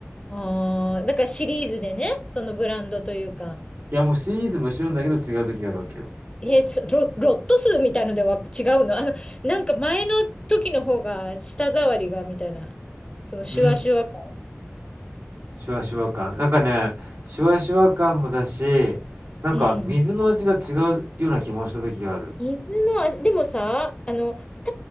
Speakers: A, on the left (about 20°); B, on the right (about 60°).
A: ああ、だからシリーズでね、そのブランドというか、
B: いや、もうシリーズも一緒なんだけど違う時があるわけよ。
A: えー、ちょロ、ロット数みたいのでは違うのあの、なんか前の時の方が舌触りがみたいな、そのシュワシュワ感。
B: うん、シュワシュワ感。なんかね、シュワシュワ感もだし、なんか水の味が違うような気もした時がある。
A: うん。水の、あでもさ、あの、炭酸